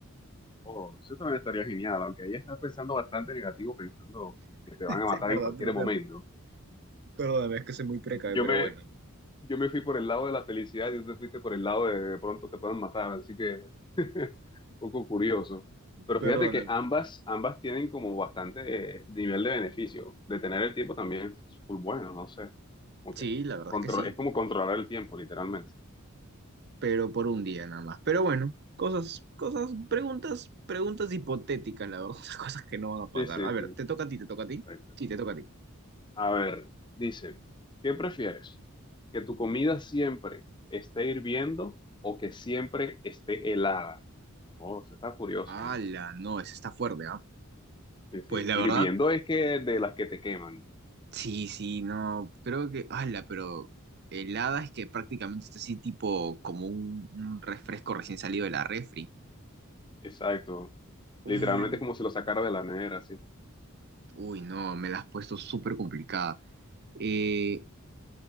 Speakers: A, on the left (about 20°); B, on the right (about 50°).
A: Oh, eso también estaría genial, aunque ahí estás pensando bastante negativo, pensando que te van
B: Es
A: a matar
B: verdad,
A: en cualquier
B: ¿no?
A: momento.
B: Ya, Perdóname, es que soy muy precavido,
A: Yo
B: pero
A: me,
B: bueno.
A: yo me fui por el lado de la felicidad y tú te fuiste por el lado de de pronto te pueden matar, así que <laughs> un poco curioso. Pero
B: Perdóname.
A: fíjate que ambas, ambas tienen como bastante eh, nivel de beneficio. Detener el tiempo también es full bueno, no sé. Como
B: Sí,
A: que
B: la verdad
A: contro-
B: es que sí.
A: es como controlar el tiempo, literalmente.
B: pero por un día nada más. Pero bueno, cosas, cosas, preguntas, preguntas hipotéticas, la verdad, <laughs> o sea, cosas que no van a pasar.
A: Sí, sí,
B: A ver,
A: sí,
B: ¿te toca a ti, te toca a ti?
A: exacto.
B: Sí, te toca a ti.
A: A ver, dice, ¿qué prefieres? ¿Que tu comida siempre esté hirviendo o que siempre esté helada? Oh, se está curiosa,
B: Ala,
A: ¿eh?
B: no, ese está fuerte, ¿ah?
A: Sí, sí.
B: Pues la
A: Hirviendo
B: verdad,
A: es que de las que te queman.
B: sí, sí, no, creo que, ala, pero helada es que prácticamente está así tipo como un, un refresco recién salido de la refri.
A: Exacto.
B: Uh,
A: Literalmente es como si lo sacara de la nevera, sí.
B: Uy, no, me la has puesto súper complicada. Eh,